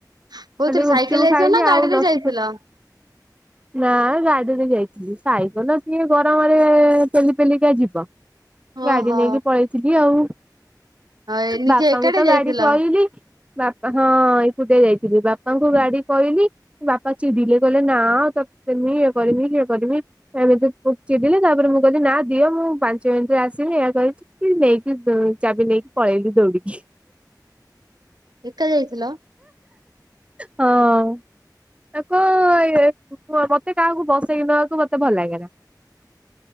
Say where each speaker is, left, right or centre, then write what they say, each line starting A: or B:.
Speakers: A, on the right; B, on the right.
A: କୋଉଥିରେ
B: ଖାଲି ଗୁପଚୁପ୍
A: ସାଇକେଲ୍‌ ଯାଇଥିଲ
B: ଖାଇଲି
A: ନା
B: ଆଉ
A: ଗାଡିରେ
B: ଲସି
A: ଯାଇଥିଲ।
B: <unintelligible> ନା ଗାଡିରେ ଯାଇଥିଲି ସାଇକଲ କିଏ ଗରମରେ ପେଲିପେଲିକା ଯିବ। ଗାଡି
A: ଓହୋ।
B: ନେଇକି ପଳେଇଥିଲି ଆଉ।
A: ଏ ନିଜେ
B: ବାପାଙ୍କୁ
A: ଏକାଟିଆ
B: ତ
A: ଯାଇଥିଲ?
B: ଗାଡି କଇଲି ବାପା ହଁ ଏଇକୁଟିଆ ଯାଇ ଯି ବାପାଙ୍କୁ ଗାଡି କହିଲି। ବାପା ଚିଡିଲେ କଲେ ନା ତତେମି ଇଏ କରିମି କିଏ କରିମି ଏମିତି ପୋ ଚିିଡିଲେ ତାପରେ ମୁଁ କିଲି ନା ଦିଅ ମୁଁ ପାଞ୍ଚ ମିନିଟିରେ ଆସିଲି ଏୟା କହିଛି। କି ନେଇକି ଚାବି ନେଇକି ପଳେଇଲି ଦୌଡିକି।
A: ଏକା ଯାଇଥିଲ।
B: ହଁ ଆକୁ ଏ ମତେ କାହାକୁ ବସେଇକି ନବାକୁ ମତ ମତେ ଭଲ ଲାଗେନା।